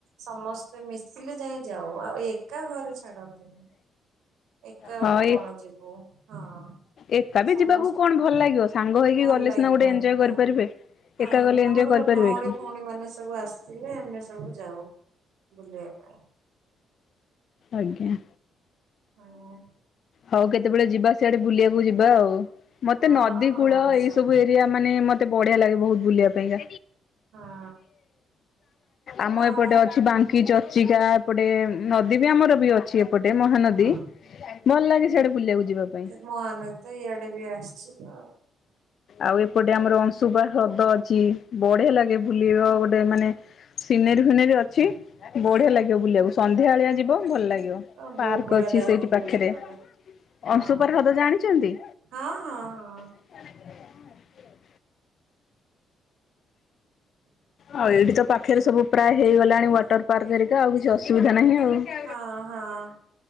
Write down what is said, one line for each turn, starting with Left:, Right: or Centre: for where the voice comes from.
Right: ସମସ୍ତେ ମିଶିଲେ ଯାଇ ଯାଉ ଏ କା ଘରେ ଛାଡନ୍ତିନି ଏକା
Left: ହଁ
Right: ଗୋଟେ କଣ
Left: ଏ
Right: ଯିବୁ ହଁ।
Left: ଏକା ବି
Right: ସମସ୍ତେ
Left: ଯିବାକୁ କଣ ଭଲ ଲାଗିବ ସାଙ୍ଗ ହେଇକି
Right: ଭଲ
Left: ଗଲେ
Right: ଲାଗିବନି
Left: ସିନା ଗୋଟେ ଏଞୟ
Right: ହଁ।
Left: କରିପାରିବେ।
Right: ଆଉ
Left: ଏକା ଗଲେ
Right: ଆମର
Left: ଏନ୍ଜୟ କରିପାରିବେ
Right: ଭଉଣୀ
Left: କି?
Right: ଭଉଣୀ ମାନେ ସବୁ ଆସିଥିଲେ ଆମେ ସବୁ ଯାଉ ବୁଲିବାକୁ।
Left: ଆଜ୍ଞା।
Right: ହଁ।
Left: ହଉ କେତେବେଳେ ଯିବା ସେଆଡେ ବୁଲିବାକୁ ଯିବା ଆଉ ମତେ
Right: ହଁ
Left: ନଦୀ
Right: ହଁ
Left: କୂଳ
Right: ଆସନ୍ତୁ
Left: ଏଇ ସବୁ ଏରି ଆ ମାନେ ମତେ ବଢିଆ ଲାଗେ ବହୁତ ବୁଲିବା ପାଇଁକା।
Right: ହଁ
Left: ଆମ
Right: ହଁ
Left: ଏପଟେ ଅଛି ବାଙ୍କି ଚର୍ଚ୍ଚିକା ଏପଟେ ନଦୀ ବି ଆମର ବି ଅଛି। ପଟେ ମହାନଦୀ
Right: ହଁ।
Left: ଭଲ ଲାଗେ ସେଆଡେ ବୁଲିବାକୁ ଯିବା ପାଇଁ।
Right: ହଁ ନଦୀ ତ ଇଆଡେ ବି ଆସିଛି ତ।
Left: ଆଉ ଏପଟେ ଆମର ଅଂଶୁବା ହ୍ରଦ ଅଛି ବଢିଆ ଲାଗେ ବୁ ବୁଲିବ ଗୋଟେ ମାନେ ସିନେର ଫିନେରୀ ଅଛି।
Right: ହଁ
Left: ବଢିଆ ଲାଗିବ ବୁଲିବାକୁ ସନ୍ଧ୍ୟା ବେଳିଆ ଯିବେ ଭଲ ଲାଗିବ
Right: ହଁ ବହୁତ
Left: ପାର୍କ
Right: ବଢିଆ
Left: ଅଛି
Right: ଦେଖାଯାଉଥିବ
Left: ସେଇଠି ପାଖରେ।
Right: ସେପଟେ ହଁ।
Left: ଅଂଶୁପା ହ୍ରଦ ଜାଣିଛନ୍ତି।
Right: ହଁ ହଁ ହଁ।
Left: <inaudible> ଆଉ ଏଇଠି ତ ପାଖରେ ସବୁ ପ୍ରାୟ ହେଇଗଲାଣି ୱାଟର ପାର୍କ ହେରିକା ଆଉ କିଛି ଅ ସୁବିଧା ନାହିଁ ଆଉ।
Right: ହଁ ହଁ।